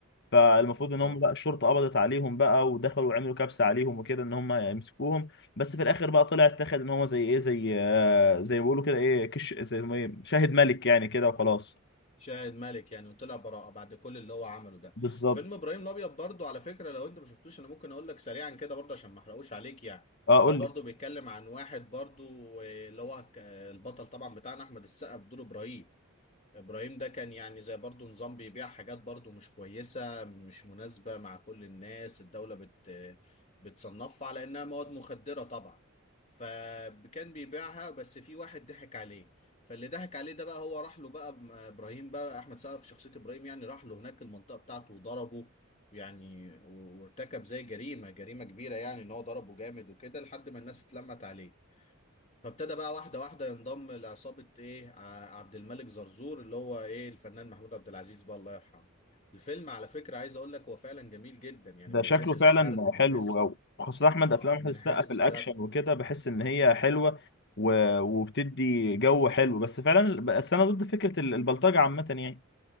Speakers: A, on the left; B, on the left.
A: فالمفروض ان
B: اه
A: هم بقى الشرطه قبضت عليهم بقى ودخلوا وعملوا كبسه عليهم وكده ان هم يمسكوهم بس في الاخر بقى طلع اتاخد ان هو زي ايه زي آه زي ما بيقولوا كده ايه كش زي ما إيه شاهد ملك يعني كده وخلاص
B: شاهد مالك يعني وطلع براءة بعد كل اللي هو عمله ده
A: بالظبط
B: فيلم إبراهيم الأبيض برضو على فكرة لو أنت ما شفتوش أنا ممكن أقول لك سريعا كده برضو عشان ما أحرقوش عليك يعني
A: اه قول
B: هو برضو
A: لي
B: بيتكلم عن واحد برضو آه، اللي هو ك- البطل طبعا بتاعنا أحمد السقا في دور إبراهيم ابراهيم ده كان يعني زي برضو نظام بيبيع حاجات برضو مش كويسة مش مناسبة مع كل الناس الدولة بت بتصنفها على انها مواد مخدرة طبعا فكان بيبيعها بس في واحد ضحك عليه فاللي ضحك عليه ده بقى هو راح له بقى م- ابراهيم بقى احمد سقا في شخصية ابراهيم يعني راح له هناك المنطقة بتاعته وضربه يعني و- وارتكب زي جريمة جريمة كبيرة يعني ان هو ضربه جامد وكده لحد ما الناس اتلمت عليه فابتدى بقى واحدة واحدة ينضم لعصابة ايه ع- عبد الملك زرزور اللي هو ايه الفنان محمود عبد العزيز بقى الله يرحمه الفيلم على فكرة عايز اقول لك هو فعلا جميل جدا يعني
A: ده
B: من
A: شكله
B: حيث السرد
A: فعلا
B: من
A: حلو
B: حيث
A: أوي. وخاصه احمد افلام
B: آه،
A: احمد
B: من
A: السقا
B: حيث
A: في
B: السرد
A: الاكشن وكده بحس ان هي حلوه و... وبتدي جو حلو بس فعلا بس انا ضد فكره ال- البلطجه عامه يعني